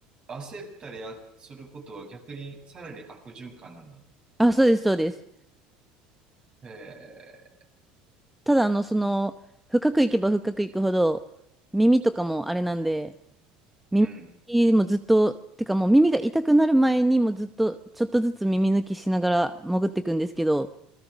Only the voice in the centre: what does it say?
あ、そうです、そうです。
ただあの、その、深くいけば深くいくほど、耳とかもあれなんで、
耳もずっと、てかもう耳が痛くなる前にもうずっとちょっとずつ耳抜きしながら潜っていくんですけど、